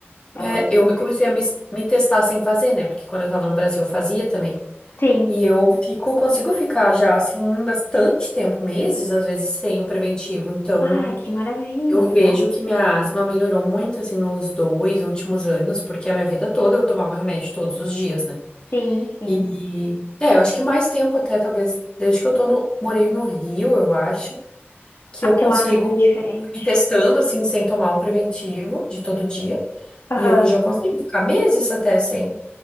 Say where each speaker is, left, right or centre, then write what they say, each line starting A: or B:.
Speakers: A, on the left; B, on the left.
A: É
B: É,
A: uma vez
B: eu
A: por.
B: me- comecei a me, me testar sem fazer, né? Porque quando eu tava no Brasil eu fazia também.
A: Sim.
B: E eu fico, consigo ficar já assim bastante tempo, meses às vezes, sem o preventivo. Então,
A: Ai, que maravilha,
B: eu vejo
A: nossa.
B: que minha asma melhorou muito assim nos dois últimos anos, porque a minha vida toda eu tomava remédio todos os dias, né?
A: Sim, sim.
B: E é, eu acho que mais tempo até, talvez, desde que eu tô no, morei no Rio, eu acho, que
A: Ah,
B: eu
A: porque
B: consigo
A: lá é diferente.
B: ir testando assim sem tomar o preventivo de todo dia.
A: Aham.
B: E eu já consigo ficar meses até sem.